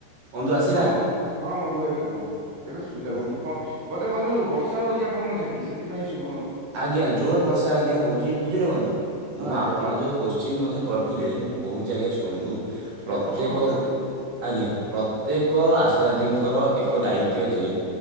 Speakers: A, on the right; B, on the right.
A: ବନ୍ଧୁ ଆସିଲା
B: ହଁ ବନ୍ଧୁ ହଁ ବନ୍ଧୁ ଏବେ କୁହନ୍ତୁ ଏବେ ଶୁଭିଲା
A: ମୁଁ
B: ବନ୍ଧୁ କଣ ବନ୍ଧୁ ବନ୍ଧୁ ବର୍ଷା ହଉଚି ଆପଣଙ୍କ ସେଠି ନାଇ ସୁ
A: ଆଜ୍ଞା ଜୋର ବର୍ଷା ଆଜ୍ଞା ହଉଚି ବୁଝିଲେ ବନ୍ଧୁ
B: ହଁ
A: ମୁଁ
B: ଆଜ୍ଞା
A: ଆପଣ
B: କୁହନ୍ତୁ।
A: ଯୋଉ କୋଶ୍ଚିନ୍ ମତେ ଥିଲେ ମୁଁ କହୁଚି ଆଜ୍ଞା ଶୁଣନ୍ତୁ।
B: ଆଜ୍ଞା
A: ପ୍ରତ୍ୟେକ
B: ପ୍ରଶ୍ନ ପଚାରିଥିଲି
A: ଆଜ୍ଞା ପ୍ରତ୍ୟେକ ଆଶାଦିଦି ଙ୍କର ଏକ ଦାୟିତ୍ୱ ଯେ